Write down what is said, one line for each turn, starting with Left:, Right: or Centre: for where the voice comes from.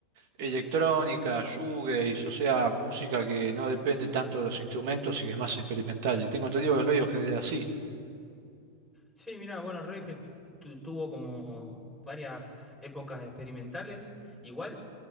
Right: electrónica, shoegaze, o sea, música que no depende tanto de los instrumentos y que es más experimental. Y tengo entendido que Radiohead era así.
Centre: Sí, mira, bueno, Radiohead tu- tuvo como varias épocas experimentales. Igual,